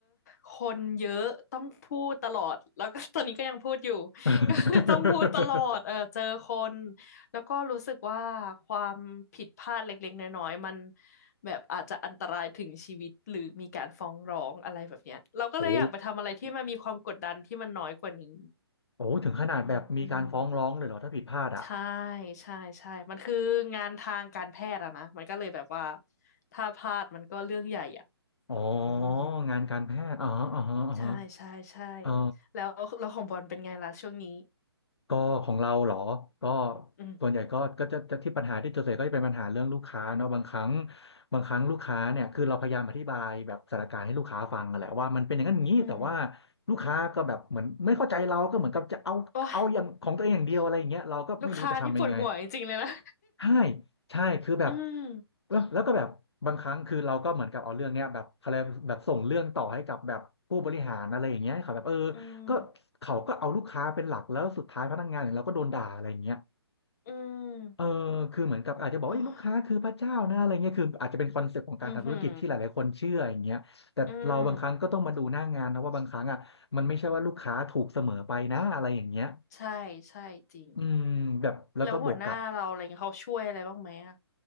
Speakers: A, on the left; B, on the left.
A: คนเยอะต้องพูดตลอดแล้วก็ <laughs> ตอนนี้ก็ยังพูดอยู่ <laughs>
B: <laughs>
A: ก็คือต้องพูดตลอดเออเจอคน แล้วก็รู้สึกว่าความผิดพลาดเล็กๆน้อยๆมันแบบอาจจะอันตรายถึงชีวิตหรือมีการฟ้องร้องอะไรแบบเนี้ยเราก็เลยอยากไปทำอะไรที่มันมีความกดดันที่มันน้อยกว่านี้
B: โอ้โอ้ถึงขนาดแบบมีการฟ้องร้องเลยเหรอถ้าผิดพลาดอ่ะ
A: อืมอืมใช่ใช่ใช่มันคืองานทางการแพทย์อะนะมันก็เลยแบบว่าถ้าพลาดมันก็เรื่องใหญ่อะ
B: อ๋อ
A: อืม
B: งานการแพทย์อ๋ออ๋ออ๋อ
A: ใช่ใช่ใช่
B: อ๋อ
A: แล้วแล้วของบอลเป็นไงล่ะช่วงนี้
B: ก็ของเราเหรอก็
A: อืม
B: ส่วนใหญ่ก็ก็จะจะที่ปัญหาที่เจอส่วนใหญ่ก็จะเป็นปัญหาเรื่องลูกค้าเนาะบางครั้งบางครั้งลูกค้าเนี่ยคือเราพยายามอธิบายแบบสถานการณ์ให้ลูกค้าฟังอะแหละว่ามันเป็นอย่างนั้นอย่างนี้แต่ว่า
A: อืม
B: ลูกค้าก็แบบเหมือนไม่เข้าใจเราก็เหมือนกับจะเอาเอาอย่างของตัวเองอย่างเดียวอะไรอย่างเงี้ยเราก็ไม่รู้จะทำยังไง
A: โอ้ยลูกค้าที่ปวดหัวจริงๆเลยนะ
B: ใช่ใช่คือแบบ
A: อืม
B: แล้วแล้วก็แบบบางครั้งคือเราก็เหมือนกับเอาเรื่องเนี้ยแบบเขาเรียกแบบส่งเรื่องต่อให้กับแบบผู้บริหารอะไรอย่างเงี้ยเขาแบบเออ
A: อืม
B: ก็เขาก็เอาลูกค้าเป็นหลักแล้วสุดท้ายพนักงานอย่างเราก็โดนด่าอะไรอย่างเงี้ย
A: อืม
B: เออคือเหมือนกับอาจจะบอกว่าเอ้ยลูกค้าคือพระเจ้านะอะไรเงี้ยคืออาจจะเป็นคอนเซ็ปต์ของการทำธุรกิจที่หลายๆคนเชื่ออย่างเงี้ยแต่เราบางครั้งก็ต้องมาดูหน้างานนะว่าบางครั้งอ่ะมันไม่ใช่ว่าลูกค้าถูกเสมอไปนะอะไรอย่างเงี้ย
A: โอ้ยอือหืออืมใช่ ใช่จริง
B: อืมแบบแล้วก็บวกกับ
A: แล้วหัวหน้าเราอะไรเงี้ยเขาช่วยอะไรบ้างไหมอ่ะ